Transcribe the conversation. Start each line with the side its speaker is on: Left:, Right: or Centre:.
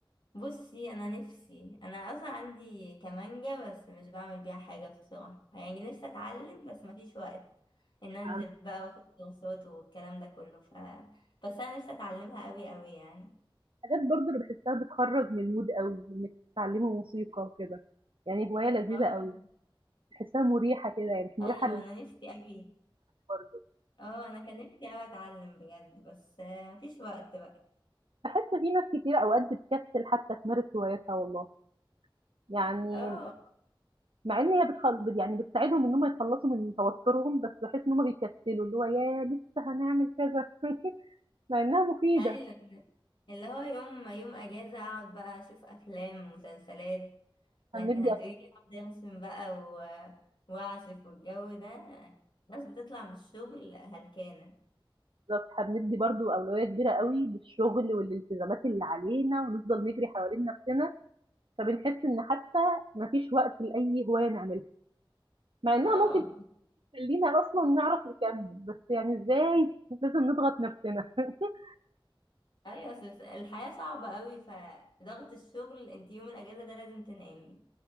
Left: بصي انا نفسي انا اصلا عندي كمانجة بس مش بعمل بيها حاجة بصراحة يعني نفسي اتعلم بس مفيش وقت ان انزل
Right: يعني
Left: بقى واخد كورسات والكلام ده كله ف بس انا نفسي اتعلمها قوي قوي يعني
Right: حاجات برضه أنا باحسها بتخرّج من الmood أوي، إنِّك تتعلمي موسيقى وكده، يعني هواية لذيذة
Left: اه
Right: أوي، باحسها مريحة كده، هي مش مريحة
Left: ايوه
Right: للناس
Left: انا نفسي قوي
Right: برضه،
Left: اه انا كان نفسي قوي اتعلم بجد بس آه، مفيش وقت بقى
Right: باحس في ناس كتير أوقات بتكسل حتى تمارس هواياتها والله. يعني
Left: اه
Right: مع إن هي بتخ يعني بتساعدهم إن هُم يتخلّصوا من توتُّرهم، بس باحس إن هُم بيكسّلوا، اللي هو ياه! لسه هنعمل كذا <laughs> مع إنها مفيدة،
Left: ايوه اللي هو يوم يوم اجازه اقعد بقى اشوف افلام ومسلسلات لكن
Right: هنِّدّي
Left: هتقولي لي اقعد ارسم بقى و... واعزف والجو ده ناس بتطلع من الشغل هلكانه
Right: بالضبط، هنِّدّي برضه أولوية كبيرة أوي للشغل والالتزامات اللي علينا ونفضل نجري حوالين نَفْسنا، فبنحس إن حتى ما فيش وقت لأي هواية نعملها، مع إنها
Left: اه
Right: ممكن تخلّينا أصلًا نعرف نكمّل، بس يعني إزاي لازم نضغط نَفْسنا. <laughs>
Left: ايوه اصل الحياه صعبه قوي فضغط الشغل انت يوم الاجازه ده لازم تنامي